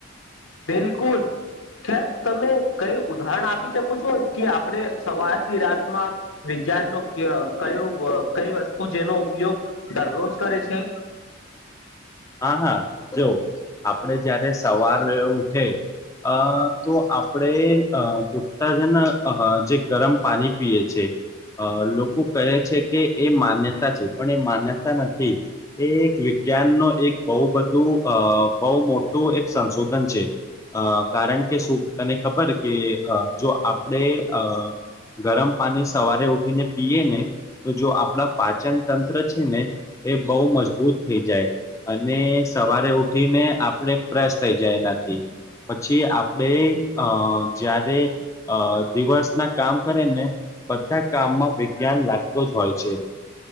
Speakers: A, on the left; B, on the left.
A: બિલકુલ ખેર તમે કઈ ઉદાહરણ આપી શકો છો કે આપણે સવારથી રાતમાં જ્ઞાન ન કયોું કઈ વસ્તુ જેનો ઉપયોગ દરરોજ કરે છે <inaudible>
B: હા હા જો આપડે જયારે સવાર ઉઠે અ તો આપણે અ ઉત્તાજન જે ગરમ પાણી પીએ છે અ લોકો કહે છે કે એ માન્યતા છે પણ એ માન્યતા નથી એ એક જ્ઞાન નું એક બહુ બધું અ બહુ મોટું એક સંશોધન છે અ કારણ કે શું તને ખબર કે જો આપણે અ ગરમ પાણી સવારે ઉઠીને પીએ ને તો જો આપણા પાચન તંત્ર છે ને એ બહુ મજબૂત થઈ જાય અને સવારે ઉઠીને આપણે ફ્રેશ થઈ જાય એનાથી પછી આપણેે અ જયારે અ દિવસ ના કામ કરેને બધા કામમાં વિજ્ઞાન લાગતોું જ હોય છે